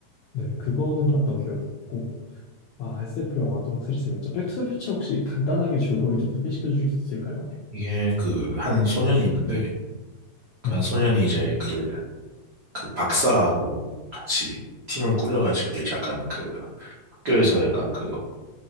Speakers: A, on the left; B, on the right.
A: 네 그거는 봤던 기억이 있고 아 SF 영화도 확실히 재밌죠. 백투더퓨처 혹시 간단하게 줄거리 좀 소개시켜 주실 수 있을까요?
B: 이게 그, 한 소년이 있는데, 그
A: 네.
B: 한 소년이 이제 그, 그 박사하고 같이 팀을 꾸려가지고 이제 약간 그 학교에서 약간 그